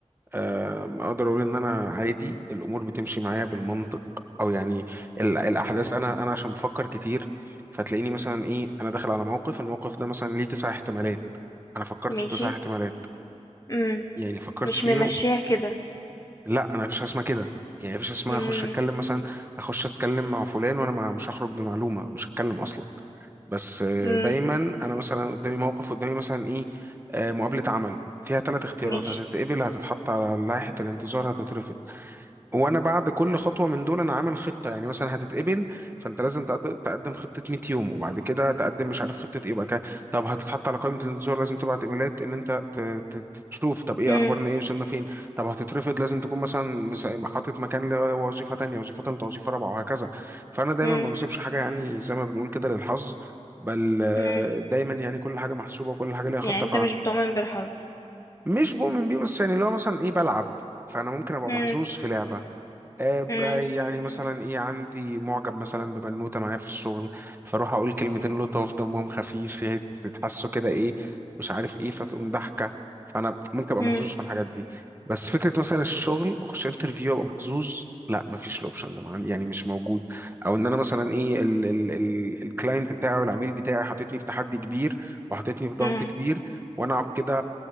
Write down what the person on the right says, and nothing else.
آه اقدر اقول ان انا عادي الامور بتمشي معايا بالمنطق او يعني ال- الاحداث انا انا عشان بفكر كتير فتلاقيني مثلا ايه انا داخل على موقف الموقف ده مثلا ليه تسع احتمالات انا فكرت
في تسع احتمالات
يعني فكرت
فيهم
لا انا مفيش حاجه اسمها كده يعني مفيش حاجة اسمها
اخش اتكلم مثلا اخش اتكلم مع فلان وانا ما- مش هخرج بمعلومه مش هتكلم اصلا بس آه،
دايما انا مثلا قدامي موقف قدامي مثلا ايه آه، مقابله عمل فيها ثلاث اختيارات
هتتقبل هتتحط على لائحه الانتظار هتترفض وانا بعد كل خطوه من دول انا عامل خطه يعني مثلا هتتقبل فانت لازم تقد- تقدم خطه 100 يوم وبعد كده تقدم مش عارف خطه ايه بقى كده طب هتتحط على قائمه الانتظار لازم تبعت ايميلات ان انت ت- ت- تشوف طب ايه
اخبارنا ايه وصلنا فين طب هتترفض لازم تكون مثلا مس- حاطط مكان لوظيفه تانية وظيفه ثالثه وظيفه رابعه وهكذا فانا دايما
ما بسيبش حاجه يعني زي ما بنقول كده للحظ بل آه،
دايما يعني كل حاجه محسوبه وكل حاجه ليها خطه
فمش بؤمن بيه بس يعني لو مثلا ايه بلعب فانا ممكن ابقى
محظوظ في لعبه آه، ب-
يعني مثلا ايه عندي معجب مثلا ببنوته معايا في الشغل فاروح اقول كلمتين لطاف دمهم خفيف هي تتحسوا كده ايه مش عارف ايه فتقوم ضحكه فانا ممكن ابقى
محظوظ في الحاجات دي بس فكره مثلا الشغل واخش انترفيو ابقى محظوظ لا مفيش الاوبشن ده معن- يعني مش موجود او ان انا مثلا ايه ال- ال- ال- الكلاينت بتاعي والعميل بتاعي حاططني في تحدي كبير وحاططني في ضغط
كبير وانا اقعد كده